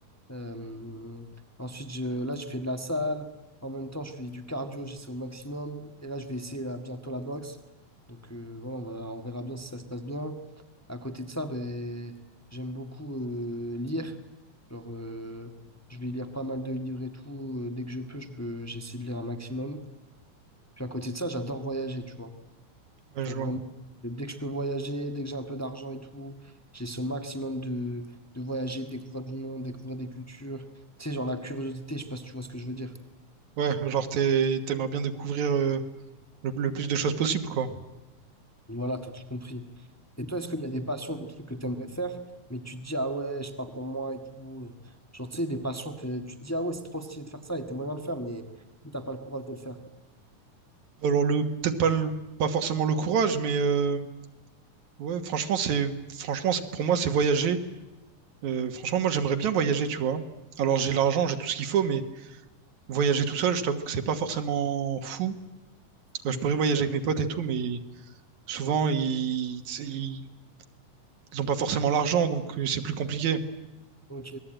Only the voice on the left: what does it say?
Euh, ensuite, je- là, je fais de la salle. En même temps, je fais du cardio, j'essaie au maximum. Et là, je vais essayer là, bientôt la boxe. Donc, euh, voilà, on va, on verra bien si ça se passe bien. À côté de ça, ben, j'aime beaucoup euh, lire. Genre, euh, je vais lire pas mal de livres et tout. Euh, Dès que je peux, je peux, j'essaie de lire un maximum. Puis à côté de ça, j'adore voyager, tu vois.
Genre
vraiment, dès que je peux voyager, dès que j'ai un peu d'argent et tout, j'ai ce maximum de, de voyager, de découvrir du monde, découvrir des cultures. Tu sais, genre la curiosité, je sais pas si tu vois ce que je veux dire.
Mais Voilà, t'as tout compris. Et toi, est-ce qu'il y a des passions, des trucs que tu aimerais faire, mais tu te dis, ah ouais, c'est pas pour moi et tout. euh, Genre, tu sais, des passions, t'es- tu te dis, ah ouais, c'est trop stylé de faire ça et t'aimerais bien le faire, mais t'as pas le courage de le faire.
Donc,
mhm,
d'accord.
Ok.